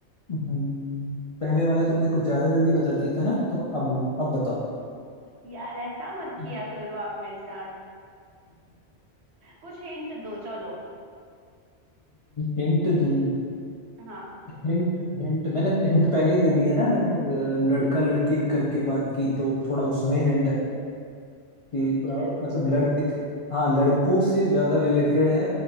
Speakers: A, on the left (about 50°); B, on the right (about 65°).
A: हम्म, पहले वाला तुमने कुछ ज्यादा जल्दी बता दिया था ना तो अब लो अब बताओ
B: यार ऐसा मत
A: <laughs>
B: किया करो आप मेरे साथ कुछ हिंट दो चलो
A: हिंट दूं
B: हाँ
A: हिंट हिंट मैंने हिंट पहले ही दे दिया ना मैंने अ, लड़का लड़की करके बात की तो थोड़ा उसमें ही हिंट है कि ब-
B: लड़का
A: मतलब लड़के हाँ लड़कों से ज्यादा रिलेटेड है